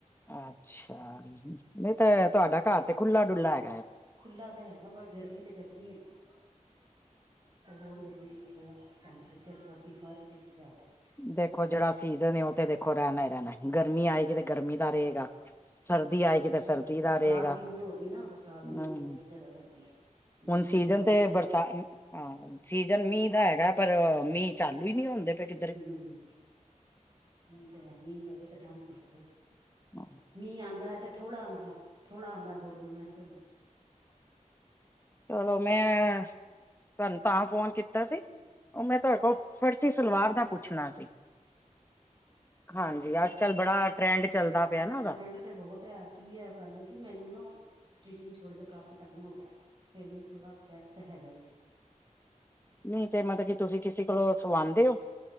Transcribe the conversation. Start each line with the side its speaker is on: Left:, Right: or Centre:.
Left: ਅੱਛਾ, ਨਹੀਂ ਤੇ ਤੁਆਡਾ ਘਰ ਤੇ ਖੁੱਲਾ ਡੁੱਲਾ ਏ।
Right: ਖੁੱਲਾ ਤਾਂ ਹੈਗਾ ਬਟ ਗਰਮੀ ਤੇ ਗਰਮੀ ਏ ਨਾ। ਬਹੋਤ ਗਰਮੀ ਏ। ਹੋਰ ਟੈਂਪਰੇਚਰ ਫੋਰਟੀ-ਫਾਈਵ ਡਿਗਰੀ ਜਾ ਰਿਆ।
Left: ਦੇਖੋ ਜਿਹੜਾ ਸੀਜਨ ਏ ਓ ਤੇ ਦੇਖੋ ਰੈਣਾ ਏ ਰੈਣਾ, ਗਰਮੀ ਆਏਗੀ ਤੇ ਗਰਮੀ ਦਾ ਰਏਗਾ। ਸਰਦੀ ਆਏਗੀ
Right: ਬਹੁਤ
Left: ਤੇ ਸਰਦੀ
Right: ਜ਼ਿਆਦਾ
Left: ਦਾ
Right: ਬਰਸਾਤ
Left: ਰਏਗਾ
Right: ਵੀ ਨੀ ਹੋ ਰਹੀ ਨਾ ਬਰਸਾਤ
Left: ਹੂੰ,
Right: ਨੀ ਹੋ ਰਹੀ ਬਹੁਤ ਜ਼ਿਆਦਾ ਗਰਮੀ ਹੈ। ਗੁੰਮ
Left: ਹੁਣ ਸੀਜਨ
Right: ਹੋ ਰਹੀਆਂ ਬੱਚੇ
Left: ਤੇ ਬਰਸਾ
Right: ਅੰਦਰ
Left: ਹਾਂ, ਹੁਣ ਸੀਜਨ ਮੀਂਹ ਦਾ ਹੈਗਾ ਪਰ ਮੀਂਹ ਚਾਲੂ ਈ ਨੀ ਹੁੰਦੇ ਪਏ। ਕਿੱਧਰੇ
Right: ਹੂੰ, ਹੁਣ ਤਾਂ ਹੈ ਮੀਂਹ ਪਏ ਤੇ ਠੰਡ ਪਵੇ ਥੋੜ੍ਹੀ।
Left: ਹਾਂ।
Right: ਮੀਂਹ ਆਂਦਾ ਤੇ ਥੋੜ੍ਹਾ ਆਂਦਾ, ਥੋੜਾ ਆਂਦਾ ਤੇ ਹੋਰ ਗਰਮੈਸ਼ ਹੋ ਜਾਂਦੀ।
Left: ਓਦੋ ਮੈਂ ਤੁਹਾਨੂੰ ਤਾਂ ਫੋਨ ਕੀਤਾ ਸੀ ਓ ਮੈਂ ਤੁਆਡੇ ਕੋਲ ਫਰਸੀ਼ ਸਲਵਾਰ ਦਾ ਪੁੱਛਣਾ ਸੀ। ਹਾਂਜੀ, ਅੱਜ-ਕਲ ਬੜਾ ਟਰੈਂਡ ਚੱਲਦਾ ਪਿਆ
Right: ਹਾਂ
Left: ਨਾ ਓਦਾਂ।
Right: ਟਰੈਂਡ ਤੇ ਬੌਤ ਐ ਅਚੁਲੀ ਐ ਗੱਲ ਏ ਕਿ ਮੈਂਨੂੰ ਨਾ ਸਟਿਚਿੰਗ ਛੋੜਦੇ ਕਾਫੀ ਟਾਈਮ ਹੋ ਗਿਆ ਫੇਰ ਵੀ ਥੋੜਾ ਗੈਸ ਤੇ ਹੈਗਾ ਈ ਏ।
Left: ਨਹੀਂ ਤੇ ਮਤਲਬ ਕੀ ਤੁਸੀਂ ਕਿਸੇ ਕੋਲੋਂ ਸਵਾਂਦੇ ਓ?